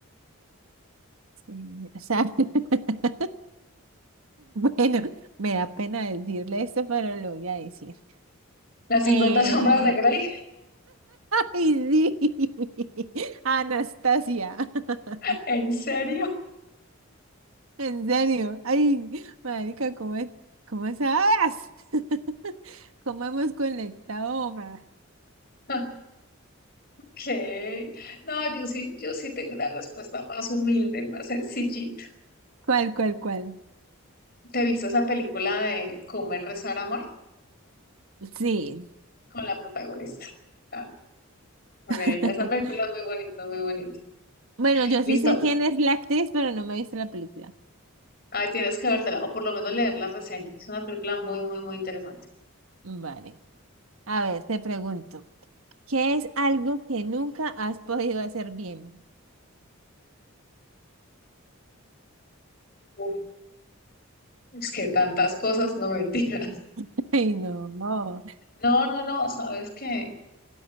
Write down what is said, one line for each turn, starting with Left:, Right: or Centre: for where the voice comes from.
Right: sí, o sea, <laughs> Bueno, me da pena decirle esto, pero lo voy a decir.
Left: Las
Right: Eh,
Left: 50 sombras de Grey,
Right: Ay, sí, <laughs> Anastasia, <laughs>
Left: <laughs> ¿en serio?
Right: en serio, ay, marica, ¿cómo, es- cómo sabes? <laughs> ¿Cómo hemos conectado, ma?
Left: <laughs> Ok. No, yo sí, yo sí tengo una respuesta más humilde, más sencillita.
Right: ¿Cuál, cuál, cuál?
Left: ¿Te viste esa película de Comer, Rezar, Amor?
Right: Sí.
Left: Con la protagonista. Ah, con
Right: <laughs>
Left: ella. Esa película es muy bonita, muy bonita.
Right: Bueno, yo
Left: Listo.
Right: sí sé quién es la actriz, pero no me he visto la película.
Left: Ahí tienes que vértela, o por lo menos leer las reseñas. Es una película muy, muy, muy interesante.
Right: Vale. A ver, te pregunto, ¿qué es algo que nunca has podido hacer bien?
Left: Uf, es que tantas cosas, no mentiras.
Right: <laughs> Ay, no, no.
Left: No, no, no, ¿sabes qué?